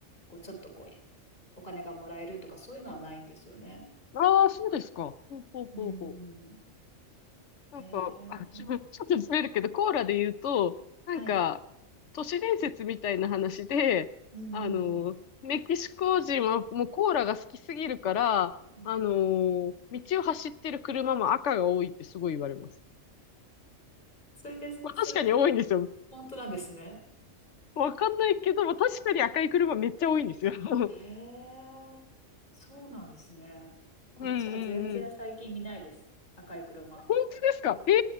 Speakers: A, on the left (about 35°); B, on the left (about 65°).
A: こうちょっとこうお金がもらえるとかそういうのはないんですよね。
B: ああ、そうですか。ほうほうほうほう。
A: うん。
B: なんか、
A: へえ。
B: あ、ちょ、ちょっとずれるけど、コーラで言うと、なんか、
A: はい。
B: 都市伝説みたいな話で、
A: うんうんうん
B: あの、メキシコ人はもうコーラが好きすぎるから、
A: うん。
B: あの、道を走ってる車も赤が多いってすごい言われます。
A: それで、
B: まあ、
A: それでほ、
B: 確かに多いんですよ。
A: 本当なんですね。
B: わかんないけども、確かに赤い車めっちゃ多いんですよ。<laughs>
A: へえ。そうなんですね。こっちは全然最近見ないです。
B: うんうんうん。
A: 赤い車。
B: 本当ですかええー、